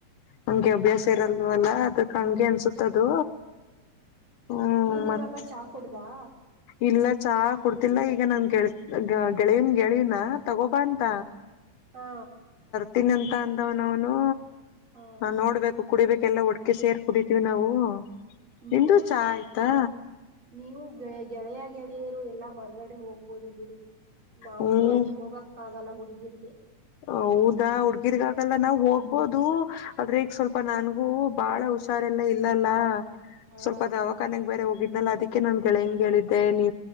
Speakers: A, on the left (about 80°); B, on the right (about 40°).
A: ಹಂಗೆ ಅಭ್ಯಾಸ ಇರಲ್ವಲ್ಲ ಅದಕ್ ಹಂಗೆ ಅನ್ಸುತ್ತದು. ಹ್ಮ
B: ನೀನ್
A: ಮತ್
B: ಇವಾಗ ಚಾ ಕುಡ್ದಾ
A: ಇಲ್ಲ ಚಾ ಕುಡ್ದ ಗೊತ್ತಿಲ್ಲ ಈಗ ನನ್ ಗೆಳತಿ ಗ ಗೆಳೆಯನ್ ಗೆಳ್ಯನಾ ತಗೋಬಾ ಅಂತ.
B: ಹಾ
A: ತೀನಿ ಅಂತ ಅಂದವ್ನಾವನು
B: ಹಾ
A: ನೋಡ್ಬೇಕು ಕುಡಿಬೇಕೆಲ್ಲ ಒಡ್ಕೆ ಸೇರ್ ಕುಡಿತೀವಿ ನಾವು
B: ನೀವು
A: ನಿಂದು ಚಾ ಆಯ್ತಾ
B: ನೀವು ಗೆಳೆಯ ಗೆಳೆಯರು ಎಲ್ಲಾ ಹೊರಗಡೆ ಹೋಗ್ ಆಗಬೋದು ಬಿಡು ನಮ್ಗೆ
A: ಹ್ಮ್
B: ಹಂಗ್ ಹೋಗಕ್ಕ ಆಗಲ್ಲ ಹುಡುಗಿರಿಗೆ
A: ಹೌದಾ ಹುಡ್ಗಿದಗಾಗಲ್ಲ ನಾವವು ಹೋಗ್ಬೋದು ಆದದ್ರೆ ಈಗ ಸ್ವಲ್ಪ ನನ್ಗೂ ಬಾಳ ಹುಷಾರಲ್ಲ ಇಲ್ಲಲ್ಲ
B: ಹಾ
A: ಸ್ವಲ್ಪ ಅದು ಅವಖಾನೆಗೆ ಬೇರೆ ಹೋಗಿದ ಅನಲ್ಲ ಅದಕ್ಕೆ ನಾನ ಗೆಳೆಯನ ಗೆ ಹೇಳಿದ್ದೆ ನೀ